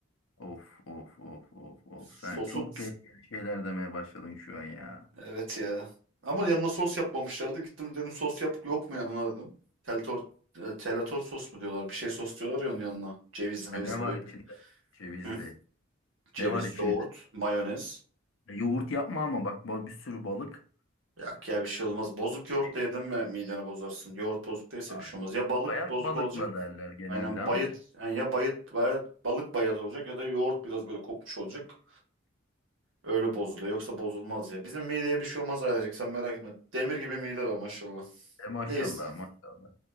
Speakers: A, on the left; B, on the right.
A: Of of of of of.
B: Sosu
A: Sen çok tehlikeli şeyler demeye başladın şu an ya.
B: evet ya. Ama yanına sos yapmamışlardı. Gittim dedim sos yap yok mu yanına dedim. Teltor e, telator sos mu diyorlar? Bir şey sos diyorlar ya onun yanına. Cevizli mevizli
A: Ya ne var
B: böyle.
A: içinde? Cevizli.
B: Hı? Ceviz,
A: Ne var içinde?
B: yoğurt, mayonez.
A: Ya yoğurt yapma ama bak bu- bir sürü balık.
B: Yak ya bir şey olmaz. Bozuk yoğurt
A: Risk.
B: da yedin mi mideni bozarsın. Yoğurt bozuk değilse
A: Ay.
B: bir şey olmaz. Ya balık
A: Bayat
B: bozuk
A: balıkla
B: olacak.
A: derler genelde
B: Aynen
A: ama.
B: bayıt. yani ya bayıt, bayat- balık bayat olacak ya da yoğurt biraz böyle kokmuş olacak. Öyle bozuluyor. Yoksa bozulmaz ya. Bizim mideye bir şey olmaz ailecek. Sen merak etme. Demir gibi mide var maşallah.
A: E maşallah
B: Ne, yes-
A: maşallah.